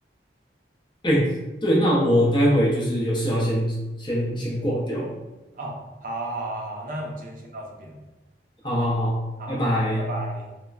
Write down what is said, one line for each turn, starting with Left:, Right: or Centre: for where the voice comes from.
Left: 哎，对，那我待会就是有事要先先先挂掉了
Right: 哦，好好，好啊好啊那我们今天先到这边，
Left: 好好好好，
Right: 好，
Left: 拜拜。
Right: 拜拜。